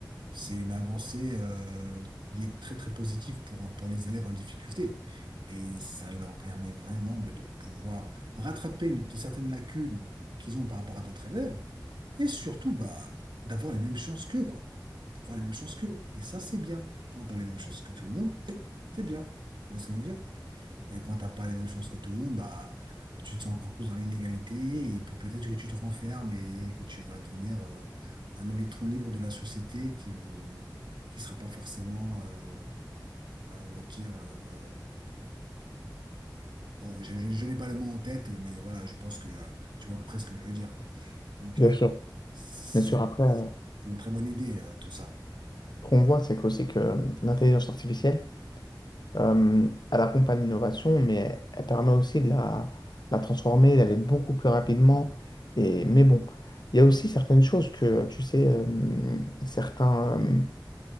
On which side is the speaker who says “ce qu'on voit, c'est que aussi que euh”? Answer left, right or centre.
Left